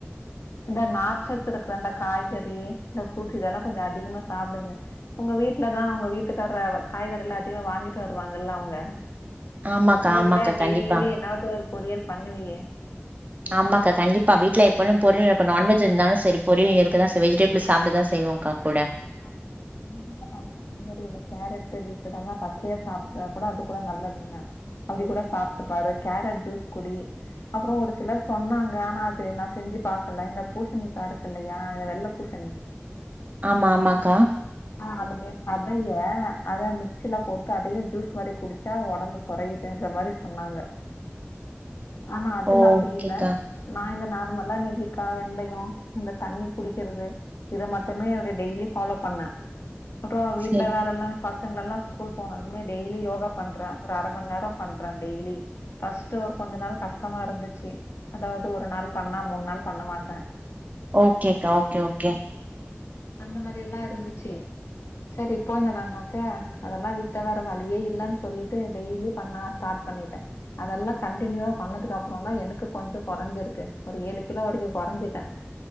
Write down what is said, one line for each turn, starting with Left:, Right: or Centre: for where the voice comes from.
Left: இந்த நார்ச்சத்து இருக்கிற அந்த காய்கறி இந்த ஃப்ரூட்ஸ் இதெல்லா கொஞ்சம் அதிகமா சாப்டுங்க உங்க வீட்லதா அவங்க வீட்டுக்கார காய்கறி எல்லாம் அதிகமா வாங்கிட்டு வருவாங்கல்ல அவங்க
Right: ஆமாக்கா
Left: நீ
Right: ஆமாக்கா
Left: கூட டெய்லி
Right: கண்டிப்பா
Left: ஏதாவது ஒரு பொரியல் பண்ணுவியே
Right: ஆமாக்கா கண்டிப்பா விட்ல எப்போலு பொரியல் இருக்கும் நான்வெஜ் இருந்தாலும் செரி பொரியல் இருக்குக்கதா வெஜிடபிள் சாப்பிடுதா செய்வோம் காக்குட
Left: <inaudible> <unintelligible> பச்ச காய்கறி இல்ல கேரட் பீட்ரூட்டு எல்லா பச்சையா சாப்பிட்டா கூட அதுக்கூட நல்லதுதானே அப்டி கூட சாப்ட்டுப்பாரு கேரட் ஜூஸ் குடி அப்புறம் ஒரு சிலர் சொன்னாங்க ஆனா அது நான் செஞ்சு பாக்கல இந்த பூசணிக்கா இருக்கு இல்லயா வெள்ள பூசணி
Right: ஆமா ஆமா கா
Left: ஆ அதனுடைய சதய அத மிக்சில போட்டு அதையு ஜூஸ் மாரி குடிச்சா ஒடம்புக் குறையுதுன்ற மாரி சொன்னாங்க ஆனா அது
Right: ஓகேக்கா
Left: நான் செய்ல நான் இந்த நார்மலா நெல்லிக்கா வெந்தயோ இந்த தண்ணி குடிக்கிறது இத மட்டுமே அப்டி டெய்லி ஃபாலோ பண்ண அப்ரோ வீட்ல
Right: சரி
Left: வேலல்லாம் பசங்கல்லா ஸ்கூல் போனதுமே டெய்லி யோகா பண்றே ஒரு அரமன் நேரோ பண்றேன் டெய்லி பஸ்ட்டு ஒரு கொஞ்ச நாள் கஷ்டமா இருந்துச்சு அதாவது ஒரு நாள் பண்ணா மூணு நாள் பண்ண மாட்ட
Right: ஓகேக்கா ஓகே ஓகே
Left: அந்த மாரில்லா இருந்துச்சு சரி இப்போ என்னடாண்ணாக்க அதெல்லா விட்ட வேற வழியே இல்லைன்னு சொல்லிட்டு டெய்லி பண்ண ஸ்டார்ட் பண்ணிட்டேன் அதெல்லா கண்டியூவா பண்ணதுக்கு அப்றோ தா எனக்கு கொஞ்ஜோ கொறைஞ்சிருக்கு ஒரு ஏழு கிலோ வரைக்கு கொறஞ்சிட்டன்